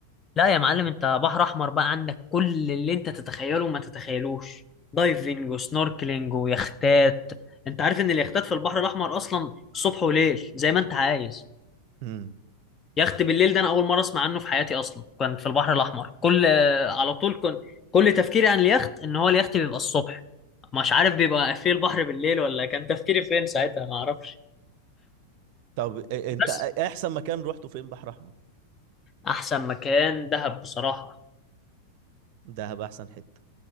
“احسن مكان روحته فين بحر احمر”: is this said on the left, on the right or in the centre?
Right